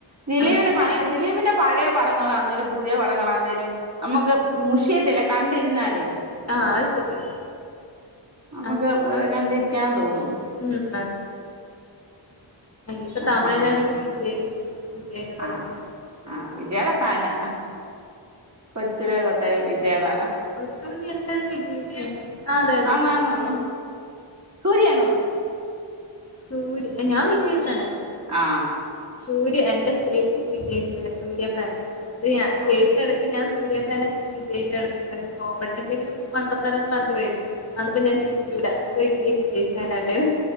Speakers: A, on the right; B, on the left.
A: ദിലീപിന്
B: ആഹ്
A: പഴയ ദിലീപിന്റെ പഴയ പടങ്ങളാണെങ്കിലും, പുതിയ പടങ്ങളാണെങ്കിലും നമ്മക്ക് മുഷിയത്തില്ല കണ്ടിരുന്നാലേ
B: ആ അത് ശരിയാ
A: നമ്മക്ക്
B: അത് അത്
A: കണ്ടിരിക്കാൻ
B: നല്ലതന്നെ
A: തോന്നും
B: ഉം ഇപ്പം
A: ആ
B: തമിഴിലാണെങ്കിൽ
A: മഹം
B: വിജയ് വിജയിന്റെ പടങ്ങൾ
A: ആ ആ വിജയുടെ ഫാനാ കൊച്ചിലെ തൊട്ടേ വിജയുടെ
B: ഒട്ടുമിക്ക എല്ലാരും വിജയി ഫാനാ ശരിയാ
A: ആണ് ആണ് സൂര്യയാണോ
B: സൂര്യ ഞാൻ വിജയ് ഫാനാ
A: ആ
B: സൂര്യ എന്റെ ചേച്ചി വിജയി സൂര്യ ഫാനാ റിയാ
A: ആ
B: ചേച്ചി ഇടയ്ക്ക് ഞാൻ സൂര്യ ഫാനാ വിജയി അടുത്ത് കോമഡി എന്തെങ്കിലും മണ്ടത്തരം <unintelligible> ഇപ്പം ഞാൻ ചിരിക്കുല ചോദിക്കും നീ വിജയി ഫാനല്ലേന്ന്.